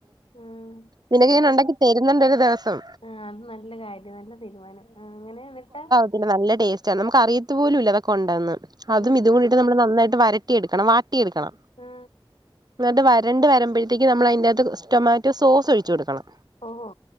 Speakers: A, on the left; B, on the right.
A: ഉം
B: നിനക്ക് ഞാനൊണ്ടാക്കി തരുന്നുണ്ടൊരു ദിവസം
A: ആ അത് നല്ല കാര്യം നല്ല തീരുമാനം ആ അങ്ങനെയെന്നിട്ട്
B: പിന്ന നല്ല ടേസ്റ്റ നമുക്കറിയത്ത് പോലുല്ല അതൊക്കെ ഉണ്ടന്ന്
A: ആഹ്
B: അതും ഇതും കൂടിയിട്ട് നമ്മള് നന്നായിട്ട് വരട്ടിയെടുക്കണം വാട്ടി യെടുക്കണം
A: മ്
B: എന്നിട്ട് വരണ്ട് വരുമ്പഴത്തേക്കും നമ്മളയ്ന്റകത്ത് ടൊമാറ്റോ സോസൊഴിച്ചു കൊടുക്കണം
A: ഓഹോ